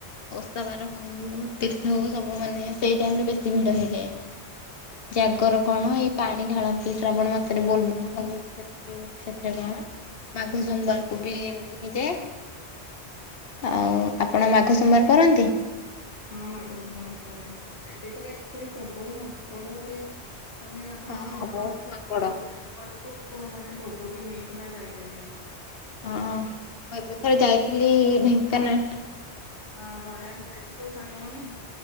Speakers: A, on the left; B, on the left.
A: ଓଷା ବାର ହଉ ତୀର୍ଥ ହଉ ସବୁ ମାନେ ସେଇ ଟାଇମ ରେ ବେଶୀ ଭିଡ ହେଇଯାଏ। ଜାଗର
B: ହୁଁ।
A: କଣ ଏଇ ପାଣି ଢାଳନ୍ତି ଶ୍ରାବଣ ମାସରେ ବୋଲ ବୁମ ହଉ। ସେଥିରେ କଣ ମାଘ ସୋମବାରକୁ
B: ହୁଁ
A: ବି ଏମିତି ହେଇଯାଏ। ଆଉ ଆପଣ ମାଘ ସୋମବାର କରନ୍ତି?
B: ହଁ ମାଘ ସୋମବାର କରେ, ସେଠିତ ଏତେ ପ୍ରବଳ ମାଙ୍କଡ ଯେ ମାନେ ଆପଣ
A: ହଁ
B: ସ
A: ବହୁତ
B: ତଳୁ
A: ମାଙ୍କଡ
B: ମାନେ ଉପର କୁ ମାନେ ଭୋଗ ବି ନେଇକିନା ଯାଇପାରିବେନି।
A: ହଁ ମୁଁ ଏବେ ଥରେ ଯାଇଥିଲି ଢେଙ୍କାନାଳ।
B: ହଁ ଥରେ ଆମେ ଯାଇଥିଲୁ ସାଙ୍ଗମାନେ